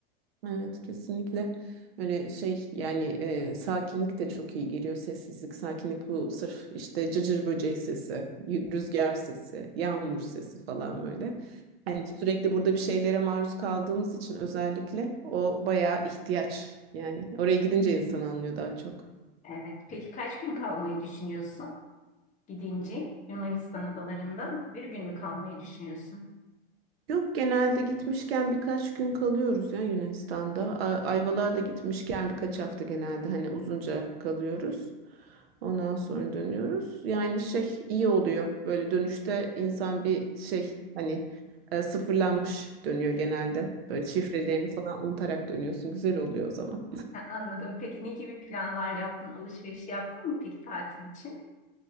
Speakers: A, on the right; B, on the left.
A: Evet kesinlikle öyle şey yani e, sakinlik de çok iyi geliyor sessizlik sakinlik bu sırf işte cırcır böceği sesi y- rüzgar sesi yağmur sesi falan böyle hani sürekli burada bir şeylere maruz kaldığımız için özellikle o bayağı ihtiyaç yani oraya gidince insan anlıyor daha çok.
B: Evet. Peki kaç gün kalmayı düşünüyorsun gidince Yunanistan adalarında? Bir gün mü kalmayı düşünüyorsun?
A: Yok genelde gitmişken birkaç gün kalıyoruz ya Yunanistan'da A- Ayvalık'a da gitmişken birkaç hafta genelde hani uzunca kalıyoruz. Ondan sonra dönüyoruz. Yani şey iyi oluyor. Böyle dönüşte insan bir şey hani e, sıfırlanmış dönüyor genelde. Böyle şifrelerini falan unutarak dönüyorsun. Güzel oluyor o zaman.
B: Ha, anladım. Peki ne gibi planlar yaptın? Alışveriş yaptın mı peki tatil için?